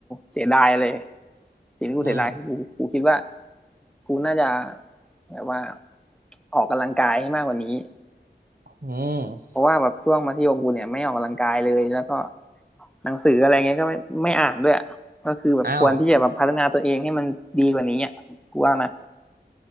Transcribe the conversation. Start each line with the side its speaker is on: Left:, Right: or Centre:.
Centre: เสียดายเลยสิ่งที่กูเสียดายคือกูกูคิดว่า
Right: อืม
Centre: กูน่าจะแบบว่าออกกำลังกายให้มากกว่านี้
Right: อืม
Centre: เพราะว่าแบบช่วงมัธยมกูเนี่ยไม่ออกกำลังกายเลยแล้วก็หนังสืออะไรเงี้ยก็ไม่ไม่อ่านด้วยอะก็คือแบบควรที่จะแบบพัฒนาตัวเองให้มันดีกว่านี้อ่ะกูว่านะ
Right: อ้าว